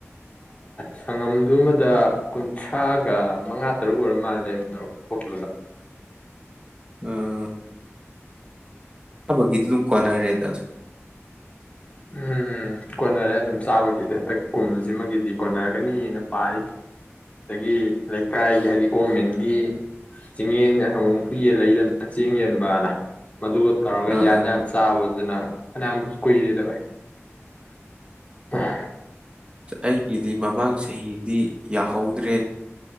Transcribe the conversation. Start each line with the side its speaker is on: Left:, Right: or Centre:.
Left: ꯁꯪꯉꯝꯗꯨ ꯑꯃꯗ ꯀꯨꯟꯊ꯭ꯔꯥꯒ ꯃꯉꯥ ꯇꯔꯨꯛ ꯑꯣꯏꯔ ꯃꯥꯜꯂꯦ ꯃꯔꯨꯞ ꯊꯣꯛꯈꯤꯕꯗꯣ
Right: ꯑ ꯑꯕ ꯏꯗꯂꯨꯝ ꯀꯅꯥꯔꯦꯗ ꯑꯗꯨ
Left: ꯎꯝ ꯀꯣꯟꯅꯔꯦ ꯑꯗꯨꯝ ꯆꯥꯕꯒꯤꯗꯤ ꯍꯟꯇꯛ ꯀꯨꯝꯁꯤꯃꯒꯤꯗꯤ ꯀꯣꯟꯅꯔꯒꯅꯤꯅ ꯄꯥꯔꯤ ꯑꯗꯒꯤ ꯂꯩꯀꯥꯏꯒꯤ ꯍꯥꯏꯗꯤ ꯒꯣꯔꯃꯦꯟꯒꯤ ꯆꯤꯡꯌꯦꯟ ꯑꯃꯨꯛ ꯍꯨꯏꯌꯦꯟ ꯂꯩꯗꯅ ꯆꯦꯡ ꯌꯦꯟꯕꯅ ꯃꯗꯨꯒ ꯇꯧꯔꯒ
Right: ꯑꯥ
Left: ꯌꯥꯟ
Right: ꯑꯥ
Left: ꯌꯥꯟ ꯆꯥꯕꯗꯨꯅ ꯑ ꯑꯝꯕꯨꯁ ꯀꯨꯗꯦꯗꯦꯚꯥꯏ ꯍ
Right: ꯑꯩꯒꯤꯗꯤ ꯃꯃꯥꯡ ꯆꯍꯤꯗꯤ ꯌꯥꯍꯧꯗ꯭ꯔꯦ